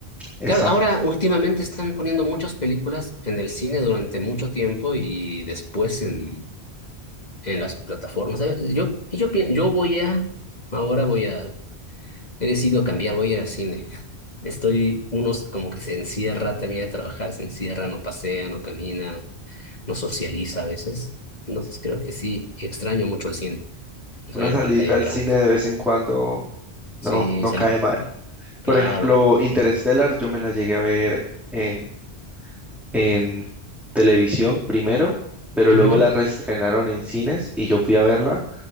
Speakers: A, in the centre; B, on the left.
A: Exacto.
B: Claro, ahora últimamente están poniendo muchas películas en el cine durante mucho tiempo y después en en las plataformas. ¿sabes? Yo, y yo, pien- yo voy a, ahora voy a, he decidido cambiar, voy a ir al cine. <laughs> Estoy, unos como que se encierra, termina de trabajar, se encierra, no pasea, no camina, no socializa a veces. Entonces creo que sí, extraño mucho el cine, extraño
A: Una salidita
B: la pantalla
A: al
B: grande.
A: cine de vez en cuando
B: Sí,
A: no, no
B: salí,
A: cae mal.
B: claro,
A: Por ejemplo, Interstellar, yo me la llegué a ver en, en televisión primero, pero
B: Ujú,
A: luego la reestrenaron en cines y yo fui a verla